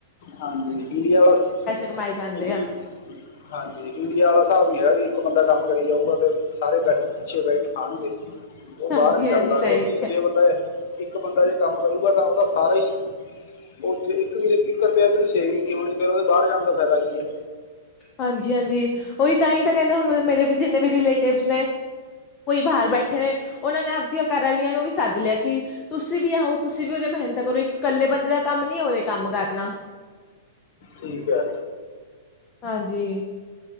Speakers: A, on the left; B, on the left.
A: ਹਾਂਜੀ, ਇੰਡੀਆ ਵਾਸਤੇ
B: ਕਮਾਏ ਜਾਂਦੇ
A: ਇੰਡੀਆ
B: ਆ
A: ਹਾਂਜੀ, ਇੰਡੀਆ ਆਲਾ ਹਿਸਾਬ ਨੀ ਹੈਗਾ ਵੀ ਇੱਕ ਬੰਦਾ ਕੰਮ ਕਰੀ ਜਾਊਗਾ ਤੇ ਸਾਰੇ ਬੈਠੇ ਪਿੱਛੇ ਬਹਿ ਕੇ ਖਾਣਗੇ। ਉਹ
B: ਹਾਂਜੀ-ਹਾਂਜੀ
A: ਬਾਹਰ ਨਹੀਂ ਚੱਲਦਾ
B: ਸਹੀ
A: ਕਿਉਂਕਿ ਜੇ ਬੰਦਾ ਇੱਕ ਬੰਦਾ ਜੇ ਕੰਮ ਕਰੇਗਾ ਤਾਂ ਉਹਦਾ ਸਾਰਾ ਹੀ ਉਹ ਜੇ ਇੱਕ ਵੀ ਇੱਕ ਰੁਪਆ ਵੀ ਉਹਨੂੰ ਸੇਵਿੰਗ ਨਹੀਂ ਹੋਣੀ ਫਿਰ ਉਹਦੇ ਬਾਹਰ ਜਾ ਦਾ ਫਾਇਦਾ ਕੀ ਐ?
B: ਹਾਂਜੀ-ਹਾਂਜੀ ਉਹੀ ਤਾਂ ਹੀ ਤਾਂ ਕਹਿੰਦੇ ਹੁਣ ਮਤਲਬ ਮੇਰੇ ਜਿੰਨੇ ਵੀ ਰਿਲੇਟਿਵਸ ਨੇ ਕੋਈ ਬਾਹਰ ਬੈਠੇ ਨੇ ਉਹਨਾਂ ਨੇ ਆਪਦੀਆਂ ਘਰ ਆਲੀਆਂ ਨੂੰ ਵੀ ਸੱਦ ਲਿਆ ਕਿ ਤੁਸੀਂ ਵੀ ਆਓ, ਤੁਸੀਂ ਵੀ ਉਰੇ ਮਿਹਨਤ ਕਰੋ। ਇੱਕ ਇਕੱਲੇ ਬੰਦੇ ਦਾ ਕੰਮ ਨੀ ਉਰੇ ਕੰਮ ਕਰਨਾ।
A: ਠੀਕ ਐ।
B: ਹਾਂਜੀ।